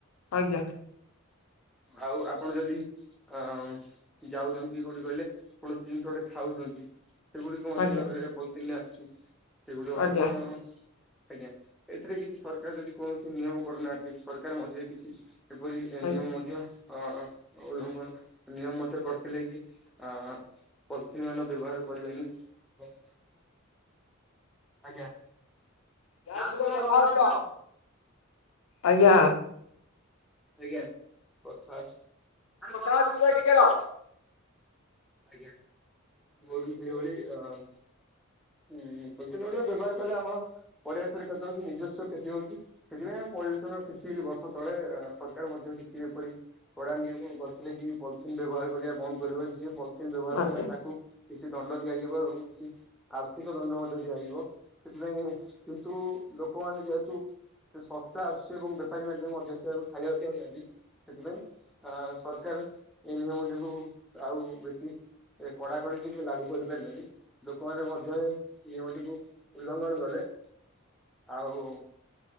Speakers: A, on the left; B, in the centre.
A: ଆଜ୍ଞା।
B: ଆଉ ଆପଣ ଯଦି ଅମ୍ ଯାଉଛନ୍ତି କୋଉଠି କହିଲେ କୌଣସି ଜିନିଷ ଗୋଟେ ଖାଉଛନ୍ତି ସେଗୁଡ଼ିକ ମଧ୍ୟ
A: ଆଜ୍ଞା
B: ଜରିରେ ପଲିଥିନ୍ ରେ ଆସୁଚି। ସେଗୁଡ଼ିକ
A: ଆଜ୍ଞା
B: ମଧ୍ୟ ଆଜ୍ଞା। ଏଥିରେ କିଛି ସରକାର ଯଦି କୌଣସି ନିୟମ କରିନାହାନ୍ତି ସରକାର ମଝିରେ କିଛି ଏପରି ଏ
A: ଆଜ୍ଞା
B: ନିୟମ ମଧ୍ୟ ଅ ଉଲ୍ଲଂଘନ ନିୟମ ମଧ୍ୟ କରିଥିଲେ କି ଅ ପଲିଥିନ ମାନ ବ୍ୟବହାର କରିବେନି। ଏବଂ ଆଜ୍ଞା। <unintelligible>
A: ଆଜ୍ଞା
B: କଥା
A: ହଉଛି
B: ହଉଚି
A: ର
B: ରହ।
A: ଆଜ୍ଞା।
B: ଆଜ୍ଞା। କଥା ଅଛି। ଆରେ କଥା
A: ହଉଛି
B: ହଉଚି
A: ଗୁଲୁ
B: <unintelligible>
A: ଭାଇ ଟିକେ ର
B: ରହ। ଆଜ୍ଞା। ମୋର ବି ସେଇଭଳି ଅ ଉଁ, ପଲିଥିନ <unintelligible> ବ୍ୟବହାର କଲେ ଆମ ପରିବେଶରେ କ୍ଷତି ହଉଚି। ନିଜସ୍ୱ କ୍ଷତି ହଉଚି। ସେଥିପାଇଁ ଆମର ପରିବେଶ ର କିଛି ବର୍ଷ ତଳେ ସରକାର ମଧ୍ୟ କିଛି ଏପରି କଡା ନିୟମ କରିଥିଲେ କି ପଲିଥିନ୍ ବ୍ୟବହାର କରିବା ବନ୍ଦ କରିବ। ଯିଏ ପଲିଥିନ୍ ବ୍ୟବହାର
A: ଆଜ୍ଞା
B: କଲା ତାକୁ କିଛି ଦଣ୍ଡ ଦିଆଯିବ। ଏବଂ କିଛି ଆର୍ଥିକ ଦଣ୍ଡ ମଧ୍ୟ ଦିଆଯିବ। ସେଥିପାଇଁ କିନ୍ତୁ ଲୋକମାନେ ଯେହେତୁ ସେ ଶସ୍ତା ଆସୁଚି। ଏବଂ ବେପାରୀ ମାନେ ମଧ୍ୟ ସେଇଆ କୁ ଛାଡିବାକୁ ଚାହୁଁନାହାନ୍ତି ସେଥିପାଇଁ ଆ ସରକାର ଏଇ ନିୟମଟିକୁ ଆଉ ବେଶୀ ଏ କଡାକଡି ରୂପେ ଲାଗୁ କରିପାରିଲେନି। ଲୋକମାନେ ମଧ୍ୟ ନିୟମଟିକୁ ଉଲ୍ଲଂଘନ କଲେ। ଆଉ,